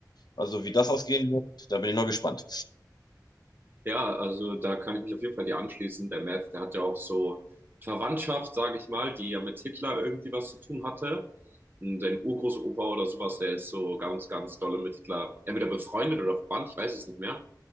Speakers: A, on the left; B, on the right.
A: Also wie das ausgehen wird, da bin ich noch gespannt.
B: Ja, also da kann ich mich auf jeden Fall dir anschließen. Der Merz, der hat ja auch so Verwandtschaft, sage ich mal, die ja mit Hitler irgendwie was zu tun hatte. Und sein Urgroßopa oder sowas, der ist so ganz, ganz dolle mit Hitler, entweder befreundet oder verwandt, ich weiß es nicht mehr.